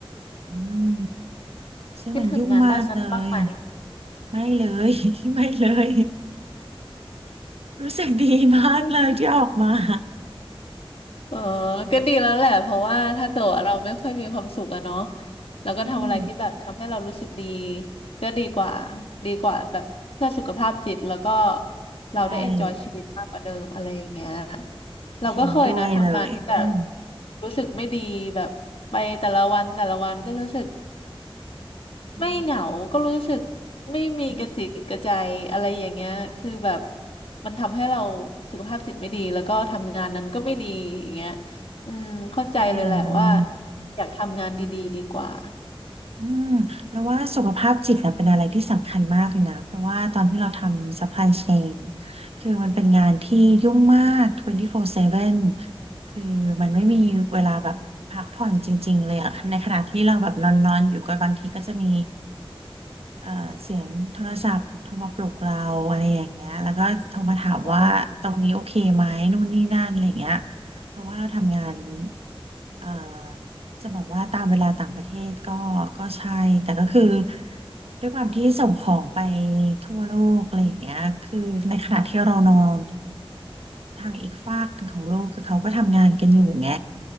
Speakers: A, on the right; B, on the left.
A: อืมซึ่งมันยุ่งมากเลย
B: คิดถึงงานด้านนั้นบ้างไหม
A: ไม่เลย <laughs> ไม่เลย รู้สึกดีมากเลยที่ออกมา
B: <laughs>
A: <laughs>
B: เออก็ดีแล้วแหละ
A: อา
B: เพราะว่าถ้าเกิดว่าเราไม่ค่อยมีความสุขอะเนาะแล้วก็ทำอะไรที่แบบทำให้เรารู้สึกดี
A: อืม
B: ก็ดีกว่าดีกว่าแบบเพื่อสุขภาพจิต แล้วก็เราได้
A: ใช่
B: enjoy ชีวิตมากกว่าเดิมอะไรอย่างเงี้ยเราก็เคยนะทำงานที่แบบ
A: เห็นด้วยเลยอืม
B: รู้สึกไม่ดีแบบไปแต่ละวันแต่ละวันก็รู้สึก
A: อื
B: ไม่เหงา ก็รู้สึกไม่มีกระจิกกระใจอะไรอย่างเงี้ย
A: ม
B: คือแบบมันทำให้เราสุขภาพจิตไม่ดี แล้วก็ทำงานนั้นก็ไม่ดีอย่างเงี้ยอืมเข้าใจเลยแหละว่า
A: ใช่เลย
B: อยากทำงานดีๆดีกว่า
A: อืมแล้วว่าสุขภาพจิตเนี่ยเป็นอะไรที่สำคัญมากเลยนะเพราะว่าตอนที่เราทำ supply chain คือมันเป็นงานที่ยุ่งมาก24/7คือมันไม่มีเวลาแบบพักผ่อนจริงๆเลยอะในขณะที่เราแบบนอนๆอยู่ก็บางทีก็จะมี เอ่อเสียงโทรศัพท์โทรมาปลุกเราอะไรอย่างเงี้ยแล้วก็โทรมาถามว่าตรงนี้โอเคไหมนู่นนี่นั่นอะไรอย่างเงี้ย
B: โอ้
A: เพราะว่าเราทำงานเอ่อจะบอกว่าตามเวลาต่างประเทศก็ก็ใช่แต่ก็คือด้วยความที่ส่งของไปทั่วโลกอะไรอย่างเงี้ยคือในขณะที่เรานอนทางอีกฟากหนึ่งของโลกคือเขาก็ทำงานกันอยู่ไง